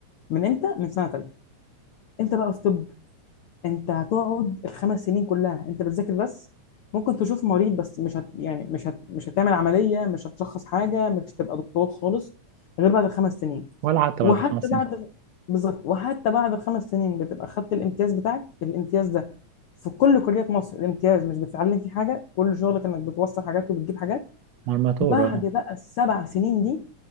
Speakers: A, on the left (about 75°); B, on the right (about 75°).
A: من امتى من سنه ثالثه انت بقى في طب انت هتقعد الخمس سنين كلها انت بتذاكر بس ممكن تشوف مريض بس مش هت يعني مش هت مش هتعمل عملية مش هتشخص حاجة مش هتبقى دكتور خالص غير بعد الخمس سنين
B: ولا حتى
A: وحتى
B: بعد الخمس سنين
A: بعد بالظبط وحتى بعد الخمس سنين بتبقى خدت الامتياز بتاعك الامتياز ده في كل كليات مصر الامتياز مش بتتعلم فيه حاجة كل شغلك انك بتوصل حاجات وبتجيب حاجات
B: مرمطور
A: بعد
B: اه
A: بقى السبع سنين دي